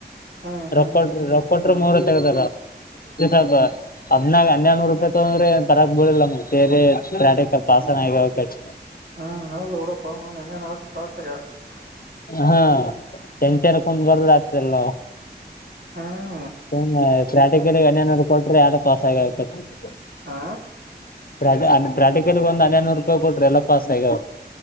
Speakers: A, on the right (about 65°); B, on the left (about 55°).
A: ಹ್ಮ್
B: ರೂಕ್
A: ಹ್ಮ್
B: ರೂಟ್ ಕೂಟ್ರ್ ಮು. ತಿಲ್ಪ ಹದ್ ಹನ್ನೆಡುನೂರು ರೂಪಾಯಿ ತೊಂದ್ರ ಪರಾ ಬಳಿಲ್ಲ. ರೆಾಡ ಕಲ್ಪ ಆಾಸನ ಆಗಕ <unintelligible>
A: ಹಾ ಅವಂದು ಕಡ ಪಣ ಎಂಗ ನಾಕು ಪಾಸೆಯ <unintelligible>
B: ಹ ಚಂತೆರ ಕುತಡ್ ಬರದ ಆತ್ ಎಲ್ಲ.
A: ಹಾ-
B: ಸು -ಪ್ರಾಟಿಕಿಗೆ ಅನ್ಯನ್ರು ಕೊಟ್ರೆ ಯಾವ್ದ ಪಾಸ ಆಗ ಆಗ್ತತಿ
A: ಹಾ
B: ಪ್ರ -ಪ್ರಾಕ್ಟಿಕಲಿ ಒಂದು ಹನಿನನೂರು ರೂಪಾಯಿ ಕೊಟ್ರಿ ಎಲ್ಲ ಪಾಸ್ ಆಗಾವ.